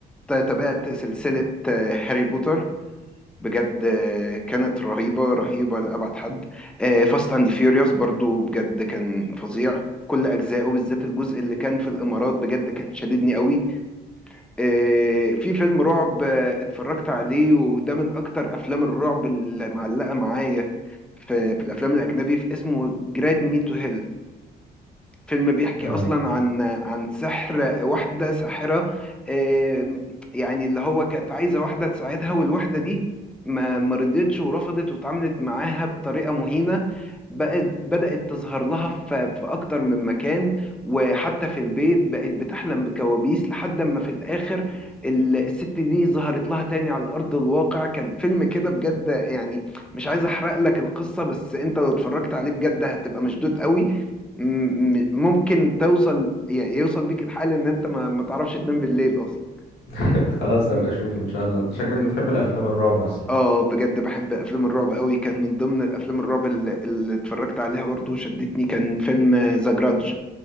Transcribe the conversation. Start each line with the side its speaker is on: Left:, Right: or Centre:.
Centre: تابعت سلسله آه، هاري بوتر بجد آه، كانت رهيبه رهيبه لابعد حد فاست اند فيوريوس برضو بجد كان فظيع كل اجزائه بالذات الجزء اللي كان في الامارات بجد كان شددني قوي إيه، في فيلم رعب آه، اتفرجت عليه وده من اكتر افلام الرعب اللي معلقه معايا في في الافلام الاجنبي في اسمه جراد مي تو هيل فيلم بيحكي
Left: اه
Centre: اصلا عن عن سحر واحده ساحره آم، يعني اللي هو كانت عايزه واحده تساعدها والواحده دي ما ما رضيتش ورفضت واتعاملت معاها بطريقه مهينه بقت بدأت تظهر لها في في أكتر من مكان وحتى في البيت بقت بتحلم بكوابيس لحد ما في الآخر ال- الست دي ظهرت لها تاني على أرض الواقع كان فيلم كده بجد يعني مش عايز أحرق لك القصة بس أنت لو اتفرجت عليه بجد هتبقى مشدود قوي م- م- ممكن توصل ي- يوصل بيك الحال إن أنت ما ما تعرفش تنام بالليل أصلا
Left: <laughs> خلاص
Centre: م-
Left: هبقى اشوفه ان شاء الله انت شكلك
Centre: م-
Left: بتحب الافلام الرعب اصلا
Centre: اه بجد بحب افلام الرعب قوي كان من ضمن افلام الرعب اللي, اللي اتفرجت عليها برضه وشدتني كان فيلم ذا جرادج